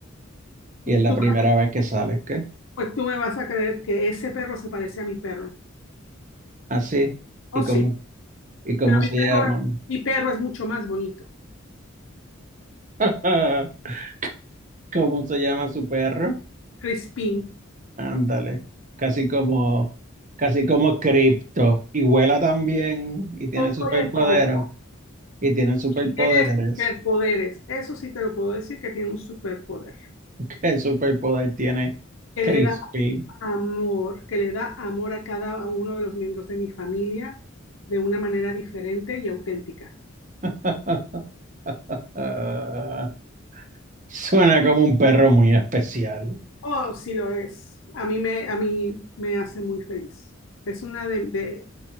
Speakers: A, on the right; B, on the left.
A: Y es la
B: Tú,
A: primera vez que sale, ¿qué?
B: pues tú me vas a creer que ese perro se parece a mi perro.
A: Así.
B: Oh,
A: ¿Y
B: sí,
A: cómo, y cómo
B: pero
A: se
B: mi perro,
A: llama?
B: mi perro es mucho más bonito.
A: <laughs> ¿Cómo se llama su perro?
B: Crispín.
A: Ándale, casi como, casi como Crypto. Y vuela también y tiene
B: Poco
A: superpoderes.
B: le falta.
A: Y tiene superpoderes.
B: Y tiene superpoderes. Eso sí te lo puedo decir que tiene un superpoder.
A: <laughs> ¿Qué superpoder tiene
B: Que
A: Crispin?
B: le da amor, que le da amor a cada uno de los miembros de mi familia de una manera diferente y auténtica.
A: <laughs> Ah, suena como un perro muy especial.
B: Oh, sí lo es. A mí me, a mí me hace muy feliz. Es una de, de-